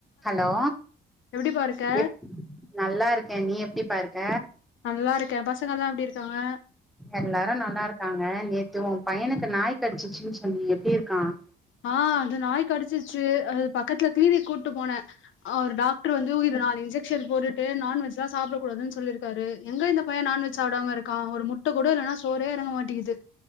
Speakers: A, in the centre; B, on the left.
A: Hello
B: எப்டிப்பா இருக்க
A: எப் நல்லாருக்கே நீ எப்படிபாருக்க
B: நல்லாருக்கே பசங்கல்லா எப்படிருக்காங்க
A: எல்லாரு நல்லா இருக்காங்க நேத்து உன் பையனுக்கு நாய் கடிச்சிச்சின்னு சொன்யே எப்டி இருக்கான்
B: ஆ அது நாய் கடிச்சிச்சு அது பக்கத்துல கிளீனிக் கூட்டு போனேன் அவர் டாக்டர் வந்து உயிரு நாலு இன்ஜெக்ஷன் போட்டுட்டு நான்வெஜா சாப்டக் கூடாதுன்னு சொல்லிருக்காரு எங்க இந்த பயன் நான்வெஜ் சாப்டாம இருக்கான் ஒரு முட்ட கூட இல்லன சோரே எறங்க மாட்டேக்குது